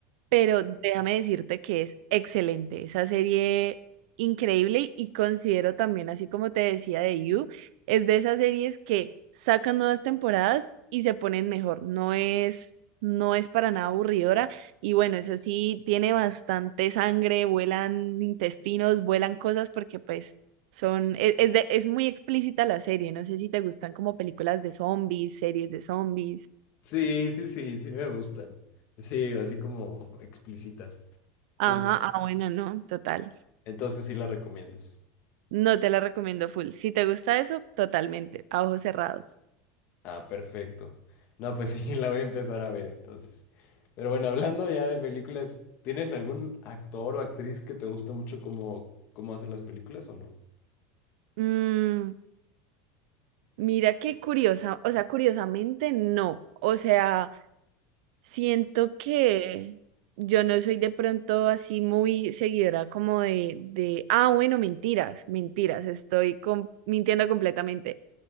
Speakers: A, on the right; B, on the left.
A: pero déjame decirte que es excelente, esa serie increíble y considero también, así como te decía de You, es de esas series que sacan nuevas temporadas y se ponen mejor, no es, no es para nada aburridora y bueno, eso sí, tiene bastante sangre, vuelan intestinos, vuelan cosas porque pues... Son, es, es de- es muy explícita la serie, no sé si te gustan como películas de zombies, series de zombies.
B: Sí, sí, sí, sí me gustan. Sí, así como explícitas.
A: Ajá,
B: Tú,
A: ah, bueno, no, total.
B: entonces sí la recomiendas.
A: No te la recomiendo full. Si te gusta eso, totalmente, a ojos cerrados.
B: Ah, perfecto. No, pues sí, <laughs> la voy a empezar a ver entonces. Pero bueno, hablando ya de películas, ¿tienes algún actor o actriz que te guste mucho cómo, cómo hace las películas o no?
A: Mm, mira qué curiosa, o sea, curiosamente no. O sea, siento que yo no soy de pronto así muy seguidora como de, de, ah, bueno, mentiras, mentiras, estoy com- mintiendo completamente.